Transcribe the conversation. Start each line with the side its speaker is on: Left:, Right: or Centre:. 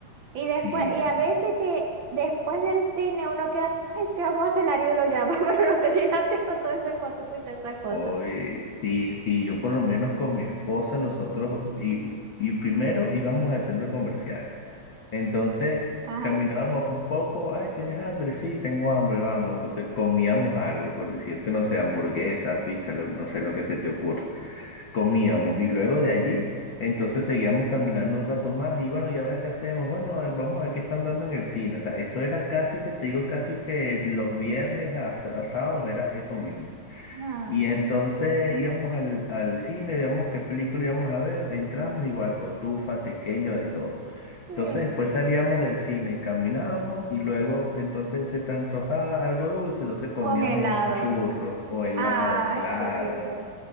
Right: Y después,
Left: Sí,
Right: y
Left: sí.
Right: a veces que después del cine uno queda, ay, qué vamos a hacer la lo llama, <laughs> pero no te llenaste con todo ese cotupo y toda esa cosa.
Left: Oye, sí, sí, yo por lo menos con mi esposa, nosotros, y, y primero íbamos al centro comercial. Entonces,
Right: Ajá,
Left: caminábamos un poco, ay, ¿tienes hambre? Sí, tengo hambre, vamos. Entonces, comíamos algo, por decirte, no sé, hamburguesa, pizza, lo- no sé lo que se te ocurra. Comíamos y luego de allí, entonces seguíamos caminando un rato más y bueno, ¿y ahora qué hacemos? Bueno, a ver, vamos a ver qué están dando en el cine. O sea, eso era casi que, te digo, casi que los viernes a s- a sábados era eso mismo.
Right: ajá,
Left: Y entonces íbamos al, al cine, veíamos qué película íbamos a ver, entramos igual, cotufa, tequeño, de todo.
Right: sí.
Left: Entonces después salíamos del cine, caminábamos y luego entonces se te antojaba algo dulce, entonces comíamos
Right: Un helado.
Left: churros o helados,
Right: Ah,
Left: claro.
Right: churrito.